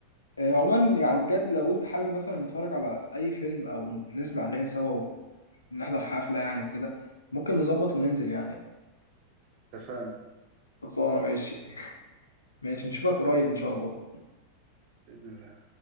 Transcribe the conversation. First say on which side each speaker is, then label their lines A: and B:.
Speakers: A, on the left; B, on the right.
A: آه، عموما يعني بجد لو انت حابب مثلا نتفرج على اي فيلم او نسمع اغاني سوا ونحضر حفله يعني وكده ممكن نظبط وننزل يعني
B: أنت فاهم
A: خلصانه ماشي ماشي نشوفك قريب ان شاء الله
B: بإذن الله